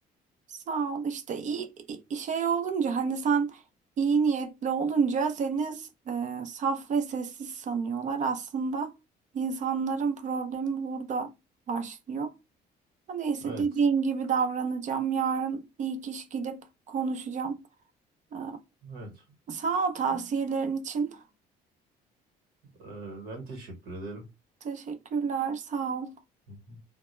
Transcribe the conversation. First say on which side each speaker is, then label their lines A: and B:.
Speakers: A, on the right; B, on the right.
A: Sağ ol. İşte iyi iyi- şey olunca hani sen iyi niyetli olunca seni e, saf ve sessiz sanıyorlar. Aslında insanların problemi burada başlıyor. Ha Neyse
B: Evet.
A: dediğim gibi davranacağım. Yarın iyi kişi gidip konuşacağım. Ee,
B: Evet.
A: sağ ol tavsiyelerin için.
B: Ee, ben teşekkür ederim.
A: Teşekkürler. Sağ ol.
B: Hı hı.